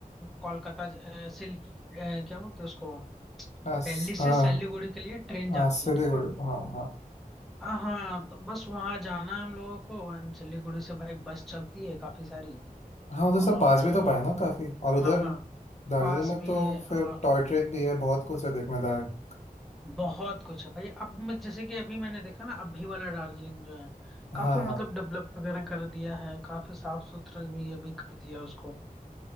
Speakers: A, in the centre; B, on the left (about 50°).
A: कोलकाता ज- अ, सिल अ, क्या बोलते हैं उसको
B: आस,
A: दिल्ली से
B: हाँ
A: सिलीगुड़ी के लिए ट्रेन
B: हाँ
A: जाती
B: सिलीगुड़ी
A: है ठीक है
B: हाँ हाँ
A: हाँ हाँ, तो बस वहाँ जाना है हम लोगों को अंचली गुड़ी से भाई बस चलती है काफी सारी
B: हाँ उधर
A: और
B: से पास भी
A: अ,
B: तो पड़े ना काफी और उधर
A: हाँ हाँ
B: दार्जिलिंग
A: पास
B: में
A: भी
B: तो
A: है और
B: फिर टॉय ट्रेन भी है बहुत कुछ है देखने लायक
A: बहुत कुछ है भाई अब मैं जैसे कि अभी मैंने देखा ना अभी वाला दार्जिलिंग जो है
B: हाँ
A: काफी मतलब
B: हाँ
A: डेवलप वगैरह कर दिया है काफी साफ सुथरा भी अभी कर दिया उसको